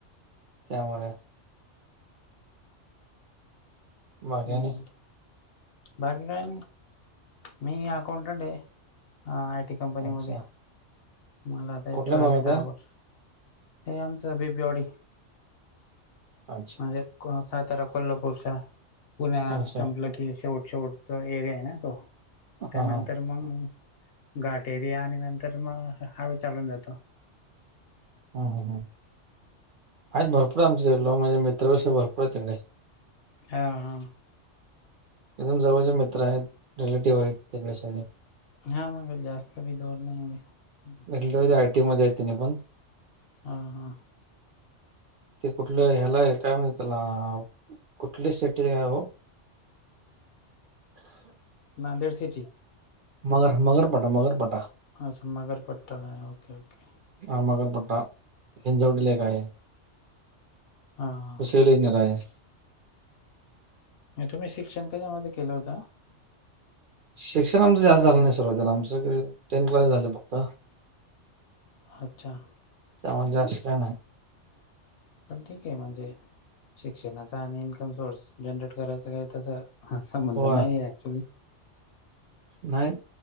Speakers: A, on the right; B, on the left.
A: त्यामुळे बाकी
B: हम्
A: आणि
B: बाकी काय आणि मी अकाउंटंट आहे आयटी कंपनीमध्ये
A: अच्छा
B: मला आता
A: कुठल्या
B: इथ झाले
A: भागात
B: दहा
A: आहे
B: वर्ष. हे आमचं बिबवेवाडी.
A: अच्छा
B: म्हणजे सातारा कोल्हापूरच्या पुण्या
A: अच्छा
B: संपलं की शेवट शेवटचा एरिया आहे ना तो त्यानंतर
A: हा हा
B: मग घाट एरिया आणि नंतर मग हायवे चालून जातो.
A: हम ह ह आहेत भरपूर आमच लो म्हणजे मित्र तसे भरपूर आहे तिकडे.
B: हा हा.
A: एकदम जवळचे मित्र आहेत रिलेटिव्ह आहेत. <inaudible>
B: हा मग जास्त बी दूर नाही. जस
A: <inaudible> आय टी मध्ये येत त्यांनी पण.
B: ह हां.
A: ते कुठलं ह्यालाय काय म्हण त्याला कुठली सिटी हाय ओ?
B: नांदेड सिटी.
A: मगर मगरपटा मगरपटा.
B: आज मगरपट्टा ला आहे ओके ओके.
A: हा मगरपट्टा. हिंजवडीला एक आहे.
B: हा.
A: <unintelligible>
B: तुम्ही शिक्षण कशामध्ये केलं होत?
A: शिक्षण आमचं जास् झालं नाही सर्वातला आमचं टेन क्लास झालं फक्त
B: अच्छा,
A: त्यामुळ जास्त काय नाही.
B: पण ठीक आहे म्हणजे शिक्षणाचा आणि इन्कम सोर्स जनरेट करायचं काही तसं हा संबंध
A: होय
B: नाही आहे ऍक्च्युली
A: नाही